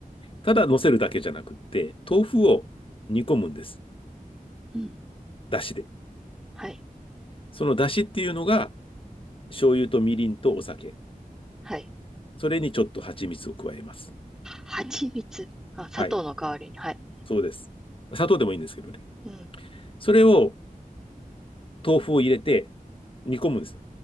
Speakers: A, on the left (about 35°); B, in the centre.
A: ただ乗せるだけじゃなくって、豆腐を煮込むんです。
B: うん。うん。
A: だしで。
B: はい。
A: そのだしっていうのが、醤油とみりんとお酒。
B: はい。
A: それにちょっと蜂蜜を加えます。
B: 蜂蜜。あ、砂糖の代わりに。
A: はい。
B: はい。
A: そうです。砂糖でもいいんですけどね。
B: うん
A: それを、豆腐を入れて煮込むんです。